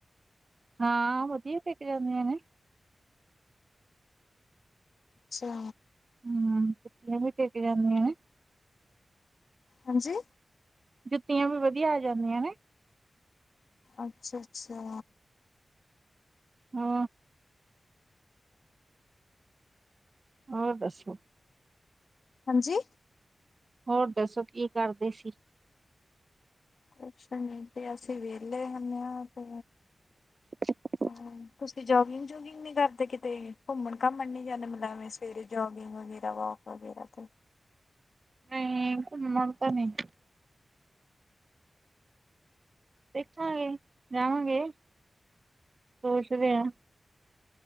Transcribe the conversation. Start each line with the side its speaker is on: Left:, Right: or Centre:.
Right: ਹਾਂ ਵਧੀਆ ਟਿੱਕ ਜਾਂਦੀਆਂ ਨੇ।
Left: ਛਾ।
Right: ਹਮ ਕੁਠੀਆਂ ਵੀ ਟਿੱਕ ਜਾਂਦੀਆਂ ਨੇ।
Left: ਹਾਂਜੀ।
Right: ਜੁੱਤੀਆਂ ਵੀ ਵਧੀਆ ਆ ਜਾਂਦੀਆਂ ਨੇ।
Left: ਅੱਛਾ-ਅੱਛਾ।
Right: ਹੂੰ। ਹੋਰ ਦੱਸੋ?
Left: ਹਾਂਜੀ-
Right: ਹੋਰ ਦੱਸੋ ਕੀ ਕਰਦੇ ਸੀ?
Left: ਕੁੱਛ ਨੀ ਤੇ ਅਸੀਂ ਵਿਹਲੇ ਹੁੰਣੇ ਹਾਂ ਤੇ
Right: <unintelligible>
Left: ਹਾਂ ਤੁਸੀਂ ਜੋਗਿੰਗ-ਜੂਗਿੰਗ ਨੀ ਕਰਦੇ ਕਿਤੇ ਘੁੰਮਣ-ਘਾਮਣ ਨੀ ਜਾਂਦੇ ਮਤਲਬ ਐਵੇਂ ਫੇਰ ਜੋਗਿੰਗ ਵਗੈਰਾ ਵੋਕ ਵਗੈਰਾ ਤੇ
Right: ਨਹੀਂ ਘੁੱਮਣ ਤਾਂ ਨਹੀ। ਦੇਖਾਂਗੇ ਜਾਵਾਂਗੇ ਸੋਚਦੇ ਹਾ।